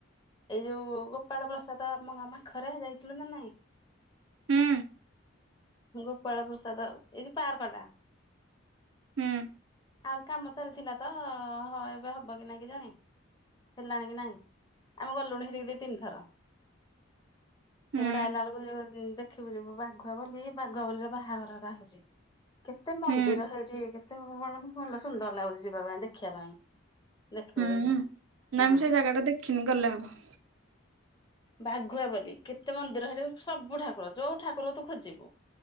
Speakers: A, on the left; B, on the right.
A: ଏଇ ଯୋଉ ଗୋପାଳ ପ୍ରସାଦ ଆମା ପାଖରେ ଯାଇଥିଲୁ ନା ନାଇଁ।
B: ହୁଁ
A: ଗୋପାଳ ପ୍ରସାଦ ଏଇ ଯ ପାର୍କ ଟା।
B: ହୁଁ।
A: ଆହୁରି କାମ ଚାଲିଥିଲା ତ ହଁ ଏବେ ହବ କି ନାଇଁ କି ଜାଣି ହେଲାଣି କି ନାଇଁ। ଆମେ ଗଲୁଣି ହେିରିକି ଦି ତିନିଥର
B: ହୁଁ
A: ସେପଟେ ଆଇଲା ବେଳକୁ ଦେଖିବ ଯ ବାଘୁଆ ବୋଲି ବାଘୁଆ ବୋଲିରେ ବାହାଘର କା ହଉଛି କେତେ ମନ୍ଦିର
B: ହୁଁ
A: ହେଇଠି କେ କଣ ମାନେ ଭଲ ସୁନ୍ଦର ଲାଗୁଛି ଯିବା ପାଇଁ ଦେଖିବା ପାଇଁ। ଦେଖିବୁ
B: ହୁଁ
A: ଦେଖିବୁ। ହୁଁ
B: ନାଇଁ ମୁଁ ସେଇ ଜାଗା ଟା ଦେଖିନି ଗଲେ ହବ।
A: ବାଘୁଆ ବୋଲି କେତେ ମନ୍ଦିର ହରେ ସବୁ ଠାକୁର ଯୋଉ ଠାକୁର ତୁ ଖୋଜିବୁ।